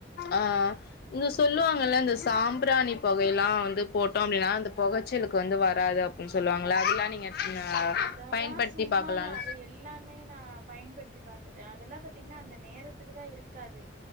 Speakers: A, on the left (about 50°); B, on the right (about 40°).
A: ஆ இங்க சொல்லுவாங்கல்ல இந்த சாம்பிராணி பொகைல்லா வந்து போட்டோம் அப்படின்னா அந்த பொகச்சலுக்கு வந்து வராது ம் சொல்வாங்களா அதெல்லா நீங்க ஆ
B: அதெல்லா
A: பயன்படுத்தி
B: சும்மாதா
A: பாக்கலால
B: அத எப் எல்லாமே நா பயன்படுத்தி பாத்துட்ட அதெல்லா பாத்தீங்ன்னா அந்த நேரத்துக்கு தா இருக்காது